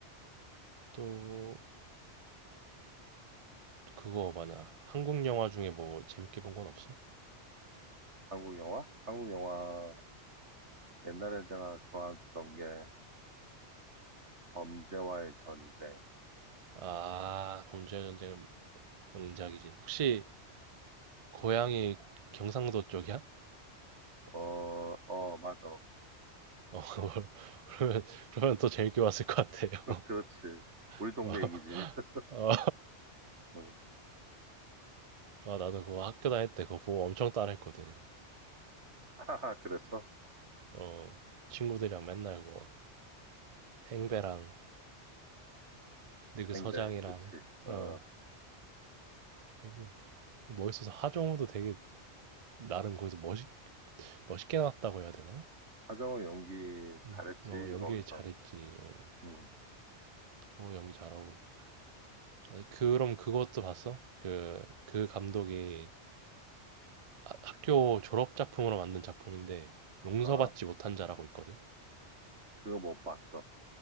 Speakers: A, on the right; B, on the right.
A: 또 그거 뭐냐 한국 영화 중에 뭐 재밌게 본 건 없어
B: 한국 영화? 한국 영화 옛날에 내가 좋아했던 게 범죄와의 전쟁.
A: 음아 범죄의 전쟁은 명작이지 혹시 고향이 경상도 쪽이야?
B: 어, 어, 맞아.
A: 어, <laughs> 그러면 그러면 더 재밌게 봤을 것 같아요.
B: <laughs> 그렇지. 우리
A: <laughs>
B: 동네
A: 어,
B: 얘기지. <laughs>
A: 어,
B: 응.
A: 아, 나도 그거 학교 다닐 때 그거 보고 엄청 따라했거든.
B: 하하, 그랬어?
A: 어, 친구들이랑 맨날 뭐 행배랑 근데 그
B: 생배,
A: 서장이랑
B: 그치. 어,
A: 어, 게 멋있어서 하정우도 되게 나름 거기서 멋있 멋있게 나왔다고 해야 되나?
B: 하정우 연기 잘했지,
A: 음, 어, 연기
B: 거기서.
A: 잘했지. 어,
B: 응.
A: 정우 연기 잘하고. 아, 그럼 그것도 봤어? 그, 그 감독이 하- 학교 졸업 작품으로 만든 작품인데 용서받지
B: 아,
A: 못한 자라고 있거든.
B: 그거 못 봤어.